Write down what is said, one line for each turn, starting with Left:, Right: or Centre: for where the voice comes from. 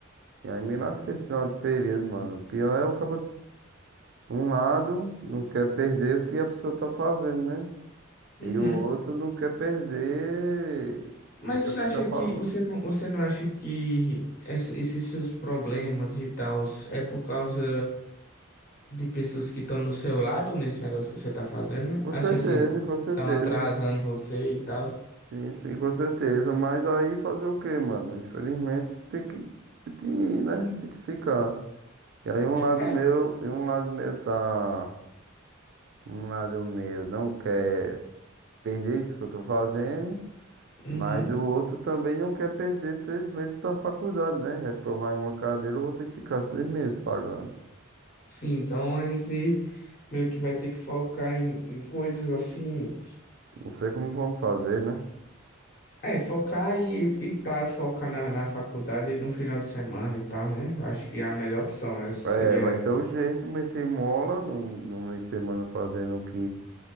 Right: E aí me lasca esse final de período, mano. O pior é o cabo. Um lado não quer perder o que a pessoa tá fazendo, né?
Left: Uhum.
Right: E o outro não quer perder.
Left: Mas
Right: Não quer
Left: você
Right: ficar
Left: acha
Right: pass...
Left: que você não, você não acha que essa- esses seus problemas e tal é por causa de pessoas que estão do seu lado nesse negócio que você tá fazendo?
Right: Com
Left: Acha
Right: certeza,
Left: assim,
Right: com certeza.
Left: estão atrasando você e tal?
Right: Sim, sim, com certeza. Mas aí fazer o quê, mano? Infelizmente tem que, que, né? Tem que ficar. E aí um lado
Left: É.
Right: meu, e um lado meu tá. Um lado meu não quer perder isso que eu tô fazendo.
Left: Uhum.
Right: Mas o outro também não quer perder seis meses da faculdade, né? Reprovar em uma cadeira, eu vou ter que ficar seis meses pagando.
Left: Sim, então a gente meio que vai ter que focar em, em coisas assim.
Right: Não sei como vamos fazer, né?
Left: É, focar e, e tá, focar na, na faculdade no final de semana e tal, né? Eu Acho que a melhor opção é, seria
Right: É, vai
Left: essa.
Right: ser o jeito, meter mola no, no meio de semana fazendo o que,